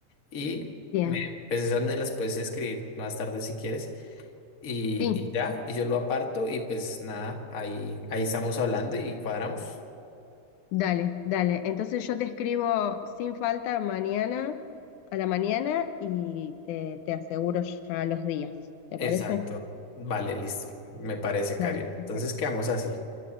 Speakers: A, on the left (about 35°); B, on the left (about 80°).
A: Y
B: bien,
A: me, pues esas me las puedes escribir más tarde si quieres. Y,
B: sí.
A: y ya, y yo lo aparto y pues nada, ahí, ahí estamos hablando y cuadramos.
B: Dale, dale. Entonces yo te escribo sin falta mañana a la mañana y te, te aseguro ya los días. ¿Te
A: Exacto.
B: parece?
A: Vale, listo. Me parece, Karina.
B: Dale, perfecto.
A: Entonces quedamos así.